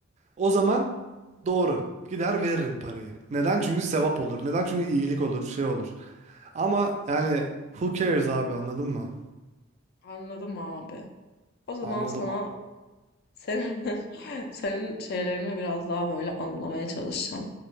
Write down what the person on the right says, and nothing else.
o zaman doğru gider veririm parayı. Neden? Çünkü sevap olur. Neden? Çünkü iyilik olur şey olur. Ama yani who cares abi anladın mı?
Anladım.
abi.